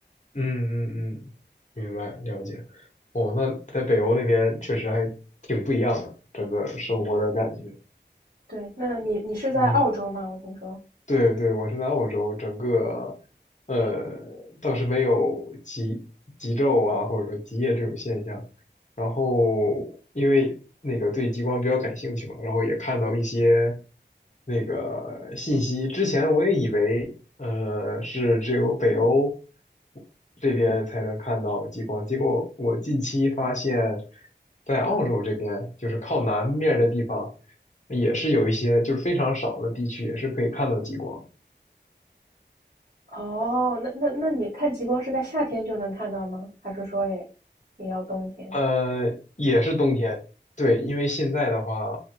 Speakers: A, on the left; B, on the right.
A: 嗯嗯嗯，明白，了解。哦，那在北欧那边确实还挺不一样的，整个生活的感觉。
B: 对，那你你是在澳洲吗？
A: 嗯，
B: 我听说。
A: 对对，我是在澳洲，整个呃倒是没有极极昼啊，或者说极夜这种现象。然后因为那个对极光比较感兴趣嘛，然后也看到一些那个信息。之前我也以为呃是只有北欧这边才能看到极光，结果我近期发现，在澳洲这边就是靠南面的地方。也是有一些就是非常少的地区也是可以看到极光，
B: 哦，那那那你看极光是在夏天就能看到吗？还是说也也要冬天？
A: 呃，也是冬天，对，因为现在的话，